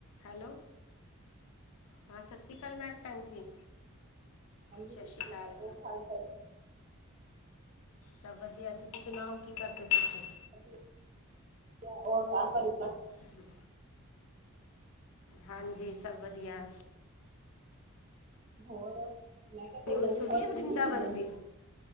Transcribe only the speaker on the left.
Hello ਹਾਂ ਸਤਿ ਸ਼੍ਰੀ ਅਕਾਲ ਮੈਂ ਭੈਣ ਜੀ
ਸਤਿ ਸ਼੍ਰੀ ਅਕਾਲ
ਸਬਰ ਅਤੇ ਤੁਸੀਂ ਸੁਣਾਓ ਕੀ ਕਰਦੇ ਪਏ ਸੀ?
ਹੂੰ ਹਾਂਜੀ ਸਭ ਵਧੀਆ
ਨਿਊਜ
ਸੁਣ
ਏ ਵਰਿੰਦਾਵਨ
ਦੀ